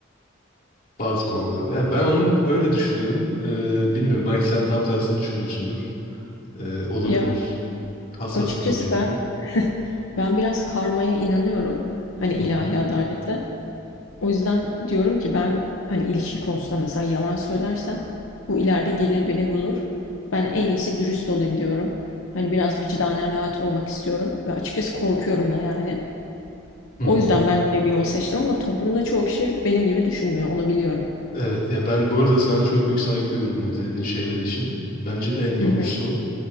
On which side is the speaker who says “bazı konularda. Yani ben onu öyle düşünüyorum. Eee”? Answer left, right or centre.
Left